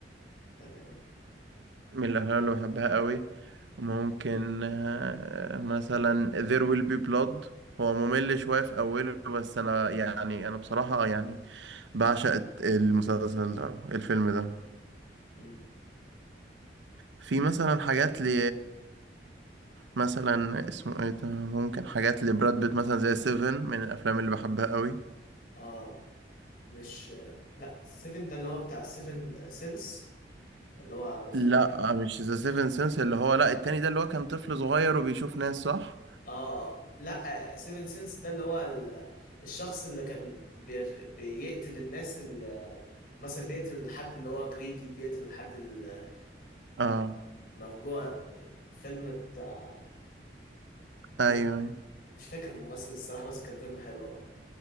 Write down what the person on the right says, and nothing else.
من الأفلام اللي بحبها قوي ممكن آه، مثلا There Will Be Blood هو ممل شوية في أوله بس أنا يعني أنا بصراحة يعني بعشق المسلسل ده الفيلم ده
في مثلا حاجات لي مثلا اسمه ايه ده ممكن حاجات لبراد بيت مثلا زي سيفن من الافلام اللي بحبها قوي
لا مش ذا سيفن سنس اللي هو لا التاني ده اللي هو كان طفل صغير وبيشوف ناس صح
اه
ايوه أيوة.